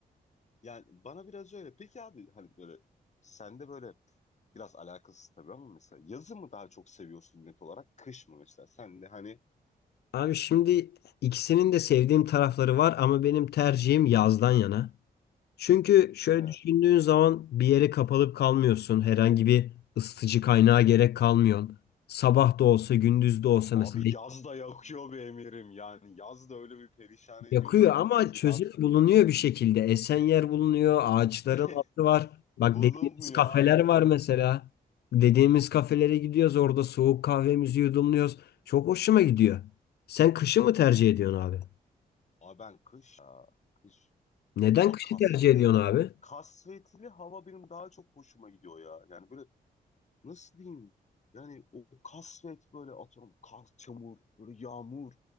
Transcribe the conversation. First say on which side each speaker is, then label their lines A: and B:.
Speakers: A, on the left; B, on the left.
A: Yani bana biraz öyle. Peki abi hani böyle sende böyle biraz alakasız tabii ama mesela yazı mı daha çok seviyorsun net olarak kış mı mesela? Sen de hani
B: Abi şimdi ikisinin de sevdiğim tarafları var ama benim tercihim yazdan yana. Çünkü şöyle
A: he,
B: düşündüğün zaman bir yere kapalıp kalmıyorsun. Herhangi bir ısıtıcı kaynağa gerek kalmıyor. Sabah da olsa gündüz de olsa
A: abi
B: mesela
A: yaz da yakıyor be emirim yani yaz da öyle bir perişan ediyor
B: Yakıyor
A: ki
B: ama
A: bizi
B: çözüm
A: yaz
B: bulunuyor bir şekilde. Esen yer bulunuyor, ağaçların
A: <laughs>
B: altı var. Bak
A: bulunmuyor
B: dediğimiz kafeler
A: abi.
B: var mesela. Dediğimiz kafelere gidiyoruz, orada soğuk kahvemizi yudumluyoruz. Çok hoşuma gidiyor. Sen kışı mı tercih ediyorsun abi?
A: Abi ben kış ya kış
B: Neden
A: hava
B: kışı
A: kasvet.
B: tercih ediyorsun abi?
A: Kasvetli hava benim daha çok hoşuma gidiyor ya. Yani böyle nasıl diyeyim? Yani o kasvet böyle atıyorum kar, çamur, böyle yağmur.